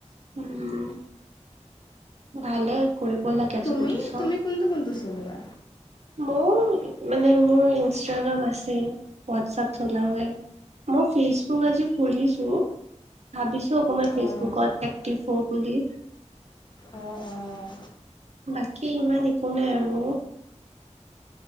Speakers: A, on the right; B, on the left.
A: উম ভালে কৰিব লাগে আজি
B: তুমি
A: <unintelligible>
B: তুমি কোনটো কোনটো চলোৱা?
A: মোৰ মানে মোৰ ইনষ্টাগ্ৰাম আছে হোৱাটছআপ চলাওঁৱে মই ফেচবুক আজি খুলিছো ভাবিছো ভাবিছো অকমান
B: অঁ
A: ফেচবুকত এক্টিভ হওঁ বুলি।
B: অঁ অঁ
A: বাকী ইমান একো নাই আৰু।